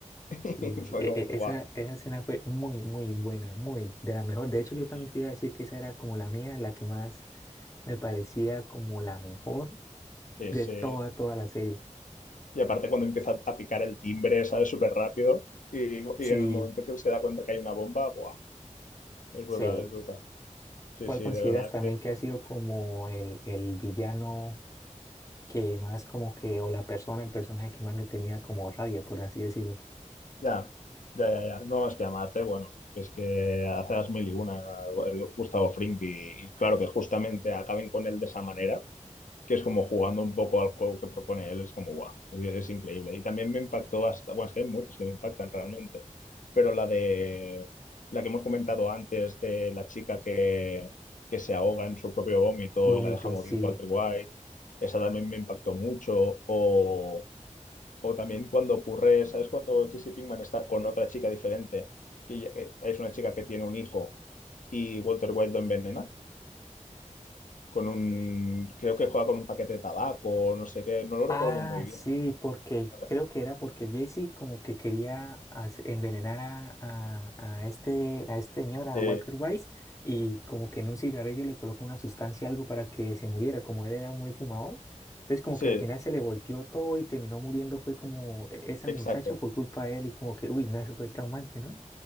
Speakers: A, on the left (about 80°); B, on the left (about 25°).
A: <laughs>
B: y
A: Fue
B: e-
A: como,
B: e-
A: guau.
B: esa, esa escena fue muy, muy buena, muy de la mejor. De hecho, yo también
A: Y-
B: te iba a decir que esa era como la mía, la que más Me parecía como la mejor
A: Sí,
B: de
A: sí.
B: toda, toda la serie.
A: Y aparte cuando empieza a picar el timbre, ¿sabes? Súper rápido. Y, y
B: Sí,
A: en el momento que él se da cuenta que hay una bomba, guau, es brutal,
B: sí.
A: es brutal. Sí,
B: ¿Cuál
A: sí,
B: consideras
A: de verdad
B: también que ha sido como el, el villano que más como que, o la persona, el personaje que más le tenía como rabia, por así decirlo?
A: Ya, ya, ya, ya. No, es que amarte, bueno, pues que hace las mil y una el Gustavo Fring y, y claro que justamente acaben con él de esa manera, que es como jugando un poco al juego que propone él, es como guau, es, es increíble. Y también me impactó hasta, bueno, es que hay muchas que me impactan realmente, pero la de la que hemos comentado antes de la chica que, que se ahoga en su propio vómito
B: Vómitos,
A: y la deja morir
B: sí.
A: Walter White, esa también me impactó mucho. O o también cuando ocurre, ¿sabes? Cuando Jesse Pinkman está con otra chica diferente, que ella- eh, es una chica que tiene un hijo y Walter White lo envenena, con un, creo que juega con un paquete de tabaco, no sé qué, no lo recuerdo
B: Ah,
A: muy bien,
B: sí, porque
A: ¿sabes?
B: creo que era porque Jesse como que quería hace- envenenar a, a, a este, a este señor, a
A: Sí,
B: Walter Weiss, y como que en un cigarrillo le colocó una sustancia, algo para que se muriera, como él era muy fumador. Entonces como
A: sí,
B: que al final se le volteó todo y terminó muriendo, fue como e- esa
A: exacto,
B: muchacha por culpa de él y como que, uy, no, eso fue traumante, ¿no?